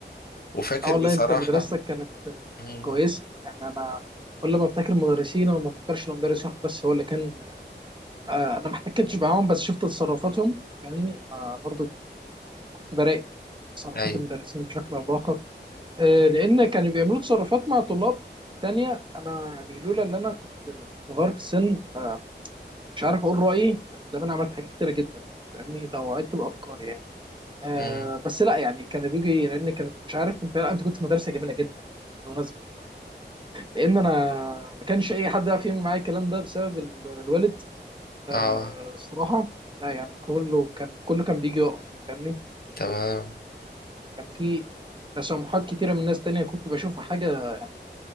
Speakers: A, on the left; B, on the right.
A: وفاكر
B: آه والله
A: بصراحه
B: أنت مدرستك كانت آه،
A: مم.
B: كويسة يعني أنا كل ما أفتكر مدرسين أنا ما أفتكرش إن مدرس واحد بس هو اللي كان آه، انا ما احتكتش معاهم بس شفت تصرفاتهم فاهمني انا برضو كنت براقب تصرفات
A: ايوه
B: المدرسين بشكل او باخر آه، لان كانوا بيعملوا تصرفات مع طلاب تانية انا يعني لولا ان انا كنت صغير في السن آه، مش عارف اقول رايي كان زمان عملت حاجات كتيره جدا فاهمني لو عدت بافكاري يعني آه
A: مم.
B: بس لا يعني كان بيجي لان كانت مش عارف انت انت كنت في مدرسه جميله جدا بالمناسبه لان انا ما كانش اي حد يعرف يعمل معايا الكلام ده بسبب ال- الوالد آه
A: اه
B: الصراحة لا يعني كله كان كله كان بيجي يقف فاهمني
A: تمام
B: كان في تسامحات كتيرة من ناس تانية كنت بشوفها حاجة يعني